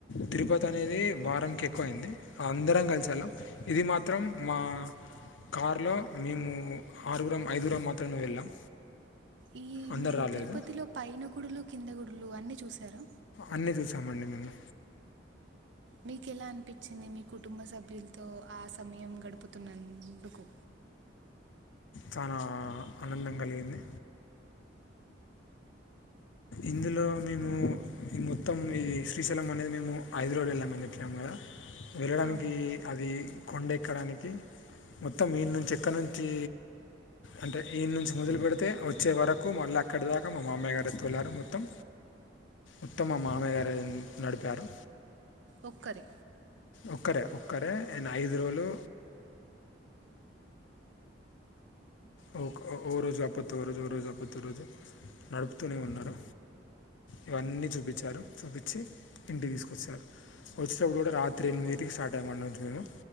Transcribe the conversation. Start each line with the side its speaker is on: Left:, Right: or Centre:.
Left: తిరుపతి అనేది వారంకి ఎక్కువైంది అందరం కలిసి వెళ్ళం ఇది మాత్రం మా కారు లో మేము ఆరుగురం ఐదుగురం మాత్రమే వెళ్ళాం
Right: ఈ
Left: అందరు
Right: మీరు
Left: రాలేదు
Right: తిరుపతిలో పైన గుడులు కింద గుడులు అన్ని చూసారా
Left: అన్నీ చూసామండి మేము
Right: మీకెలా అనిపించింది మీ కుటుంబ సభ్యులతో ఆ సమయం గడుపుతున్నందుకు
Left: చాలా ఆనందం కలిగింది ఇందులో మేము ఈ మొత్తం ఇది శ్రీశైలం అనేది మేము ఐదు రోజుల్ వెళ్ళాం అని చెప్పినాము కదా వెళ్ళడానికి
Right: అవునండి
Left: అది కొండ ఎక్కడానికి మొత్తం వన్న నుంచి ఎక్కడి నుంచి అంటే ఈయన్ని నుంచి మొదలు పెడితే వచ్చే వరకు మళ్ళీ అక్కడి దాకా మా మామ్మయ్య గారు ఎతులారు మొత్తం ఉత్తమ మామయ్య గారు నడిపారు
Right: ఒక్కరి
Left: ఒక్కరే ఒక్కరే నేను ఐదు రోజులు ఓ ఓ రోజు అప్పత్ ఓ రోజు ఓ రోజు అపోత్త రోజు నడుపుతూనే ఉన్నారు ఇవన్నీ చూపించారు చూపించి ఇంటికి తీసుకొచ్చారు వచ్చేటప్పుడు కూడా రాత్రి ఎనిమిదికి స్టార్ట్ అయ్యము మేము